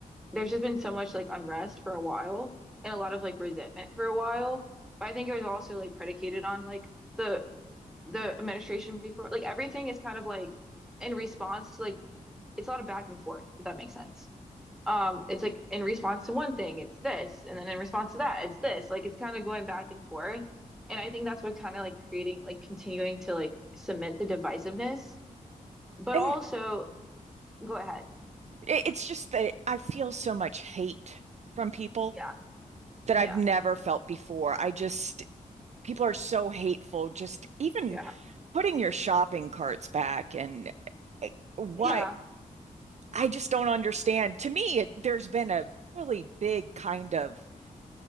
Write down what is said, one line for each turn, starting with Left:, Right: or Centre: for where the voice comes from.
Centre: there's just been so much like unrest for a while and a lot of like resentment for a while. But I think it was also like predicated on like the the administration before, like everything is kind of like in response to like it's a lot of back and forth, if that makes sense. um it's like in response to one thing it's this and then in response to that it's this like it's kind of going back and forth and I think that's what kind of like creating like continuing to like cement the divisiveness but
Right: and
Centre: also go ahead
Right: It, it's just that I feel so much hate from people
Centre: yeah
Right: that
Centre: yeah
Right: I've never felt before. I just, people are so hateful, just even
Centre: yeah
Right: putting your shopping carts back and eh, why
Centre: yeah
Right: I just don't understand. To me, it, there's been a really big kind of